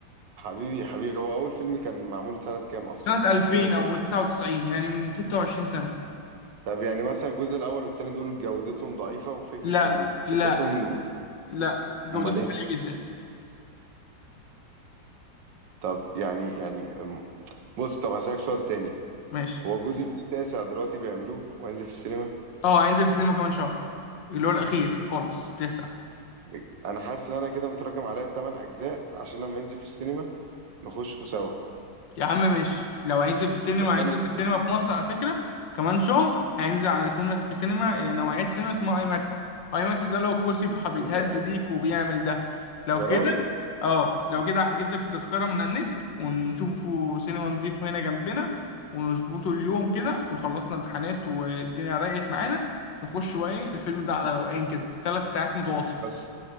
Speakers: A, on the right; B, on the left.
A: حبيبي حبيبي هو اول فيلم كان معمول سنه كام اصلا
B: سنة 2000
A: 2000
B: او 99 يعني من 26 سنة
A: طب يعني مثلا الجزء الأول والتاني دول جودتهم ضعيفة وفكرة
B: لا
A: ال... فكرتهم
B: لا لا جودته
A: أمال إيه؟
B: عالية جدا
A: طب يعني يعني أم، بص طب هسألك سؤال تاني
B: ماشي
A: هو الجزء التاسع دلوقتي بيعملوه وينزل في السينما؟
B: اه هينزل في السينما كمان شهر اللي هو الاخير خالص 9
A: ب- أنا حاسس إن أنا كده متراكم عليا التمن أجزاء عشان لما ينزل في السينما نخشه سوا
B: يا عم ماشي لو هينزل في السينما
A: بتكلم
B: هينزل في السينما في مصر على فكرة كمان شهر هينزل على سينما في سينما آه، نوعية سينما اسمها اي ماكس اي ماكس ده لو الكرسي بتح- بيتهز
A: أيوه يا عم
B: بيك وبيعمل ده لو
A: يا
B: كده
A: راجل
B: اه لو كده هحجز لك التذكرة من على النت ونشوفه سينما نضيفه هنا جنبنا ونظبطه اليوم كده نكون خلصنا امتحانات والدنيا رقت معانا نخش بقى ايه الفيلم ده على روقان كده ثلاث ساعات متواصل
A: بس